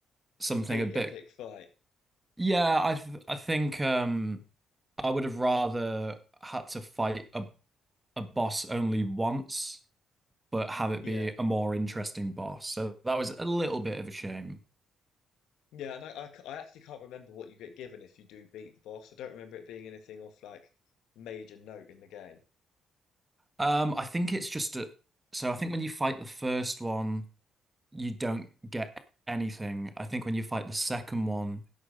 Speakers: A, on the right; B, on the left.
A: something
B: A big
A: a bit.
B: epic fight.
A: Yeah, I th I think um, I would have rather had to fight a a boss only once, but have it
B: Yeah,
A: be a more interesting boss. So that was a little bit of a shame.
B: yeah. And I, I c- I actually can't remember what you get given if you do beat the boss. I don't remember it being anything off like major note in the game.
A: Um, I think it's just a. So I think when you fight the first one. you don't get anything. I think when you fight the second one,